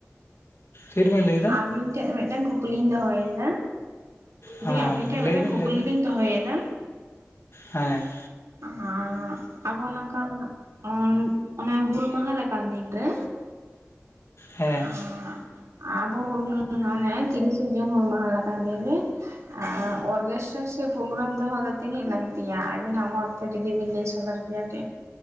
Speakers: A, on the left; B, on the right.
A: ᱪᱮᱫ ᱵᱮᱱ ᱞᱟᱹᱭᱮᱫ?
B: ᱟᱵᱤᱱ ᱴᱷᱮᱱ ᱢᱤᱫᱴᱟᱱ ᱠᱩᱠᱞᱤᱧ ᱫᱚᱦᱚᱭᱮᱫᱟ᱾
A: ᱦᱚᱸ
B: ᱫᱤᱸᱭᱮ ᱟᱵᱤᱱ ᱴᱷᱮᱱ ᱢᱤᱫᱴᱟᱝ
A: ᱞᱟᱹᱭ ᱵᱤᱱ
B: ᱠᱩᱠᱞᱤ
A: ᱞᱟᱹᱭ ᱵᱤᱱ
B: ᱞᱤᱧ ᱫᱚᱦᱚᱭᱮᱫᱟ᱾
A: ᱦᱮᱸ
B: <unintelligible> ᱟᱵᱚ ᱱᱚᱝᱠᱟᱱ ᱚᱱ ᱚᱱᱮ ᱦᱩᱞ ᱢᱟᱦᱟ ᱞᱮᱠᱟᱱ ᱫᱤᱱ ᱨᱮ
A: ᱦᱮᱸ
B: ᱟᱸᱻᱦ ᱟᱵᱚ ᱦᱩᱞ ᱢᱟᱱᱮ ᱛᱤᱨᱤᱥᱮ ᱡᱩᱱ ᱦᱩᱞ ᱢᱟᱦᱟ ᱞᱮᱠᱟᱱ ᱫᱤᱱ ᱨᱮ ᱟᱨ ᱚᱨᱜᱮᱥᱴᱟᱨ ᱥᱮ ᱯᱨᱳᱜᱨᱟᱢ ᱫᱚᱦᱚ ᱫᱚ ᱛᱤᱱᱟᱹᱜ ᱞᱟᱹᱠᱛᱤᱭᱟ ᱟᱹᱵᱤᱱᱟᱜ ᱢᱚᱛ? ᱠᱟᱹᱴᱤᱡ ᱡᱩᱫᱤ ᱵᱤᱱ ᱞᱟᱹᱭ ᱥᱚᱫᱚᱨ ᱠᱮᱭᱟ, ᱟᱹᱰᱤ